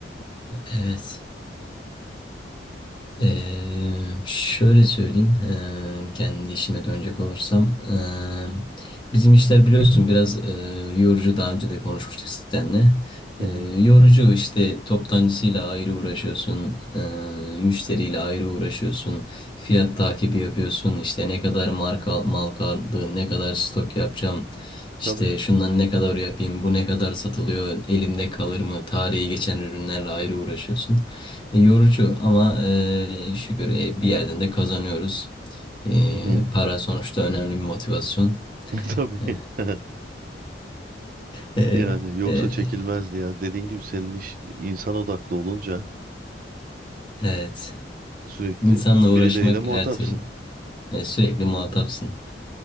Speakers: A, on the left; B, on the right.
A: Evet. Eee, şöyle söyleyeyim, eee, kendi işime dönecek olursam, eee, bizim işler biliyorsun biraz eee, yorucu. Daha önce de konuşmuştuk seninle.
B: Hı
A: Eee,
B: hı.
A: yorucu işte toptancısıyla ayrı uğraşıyorsun, eee, müşteriyle ayrı uğraşıyorsun, fiyat takibi yapıyorsun. işte ne kadar marka mal kaldı, ne kadar stok yapacağım. işte
B: Tabii.
A: şundan ne kadar yapayım, bu ne kadar satılıyor, elimde kalır mı, tarihi geçen ürünlerle ayrı uğraşıyorsun. E, Yorucu ama e, şükür e, bir yerden de kazanıyoruz. E,
B: Hı hı.
A: para sonuçta önemli bir motivasyon.
B: <laughs> Tabii.
A: E,
B: <laughs>
A: <laughs> e,
B: Yani yoksa
A: e,
B: çekilmezdi ya. Dediğin gibi senin iş insan odaklı olunca
A: evet.
B: sürekli
A: İnsanla
B: birileriyle
A: uğraşmak
B: muhatapsın.
A: her türlü. E, sürekli muhatapsın.